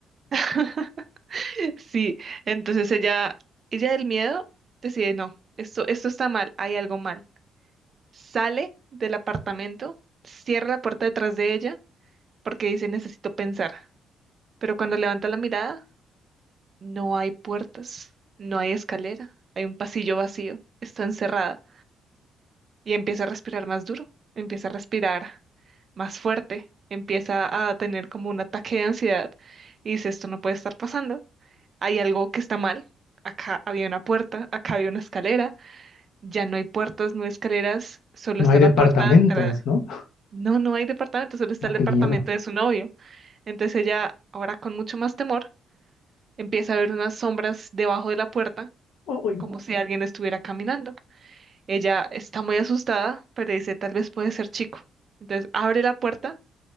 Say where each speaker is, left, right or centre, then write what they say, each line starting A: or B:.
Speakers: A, on the right (about 45°); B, on the left (about 80°).
A: <laughs> Sí, entonces ella, ella del miedo decide, no, esto, esto está mal, hay algo mal. Sale del apartamento, cierra la puerta detrás de ella porque dice, necesito pensar. Pero cuando levanta la mirada, no hay puertas, no hay escalera, hay un pasillo vacío, está encerrada. y empieza a respirar más duro, empieza a respirar más fuerte, empieza a tener como un ataque de ansiedad y dice, esto no puede estar pasando, hay algo que está mal, acá había una puerta, acá había una escalera, ya no hay puertas, no hay escaleras, solo
B: No
A: está
B: hay departamentos,
A: la puerta de entrada.
B: ¿no?
A: No, no hay departamento, solo está
B: No,
A: el
B: qué
A: departamento
B: miedo.
A: de su novio. Entonces ella, ahora con mucho más temor, empieza a ver unas sombras debajo de la puerta,
B: Ay,
A: como si alguien estuviera caminando. Ella está muy asustada, pero dice, tal vez puede ser chico. Entonces abre la puerta,